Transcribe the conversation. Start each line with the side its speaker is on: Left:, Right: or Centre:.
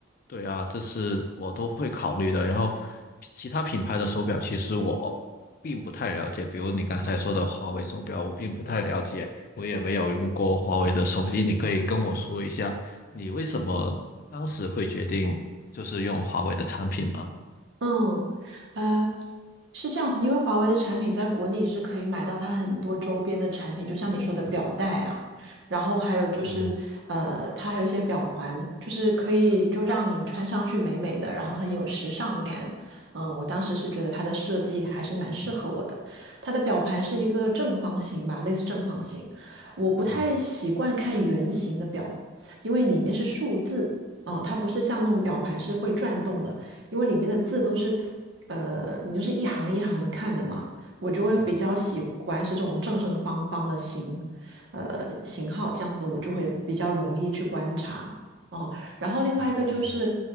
Left: 对啊，这是我都会考虑的。然后，其他品牌的手表其实我并不太了解，比如你刚才说的华为手表，我并不太了解，我也没有用过华为的手机。你可以跟我说一下，你为什么当时会决定就是用华为的产品吗？
Right: 嗯，呃，是这样子，因为华为的产品在国内是可以买到它很多周边的产品，就像你说的表带啊，然后还有就是，
Left: 嗯
Right: 呃，它还有一些表环，就是可以就让你穿上去美美的，然后很有时尚感。嗯，我当时是觉得它的设计还是蛮适合我的。它的表盘是一个正方形吧，类似正方形，我不太习惯看圆形的表，
Left: 嗯
Right: 因为里面是数字。哦，它不是像那种表盘是会转动的，因为里面的字都是，呃，你就是一行一行的看的嘛，我就会比较喜欢是这种正正方方的型，
Left: 嗯，
Right: 呃，型号，这样子我就会比较容易去观察。哦，然后另外一个就是
Left: 哦对，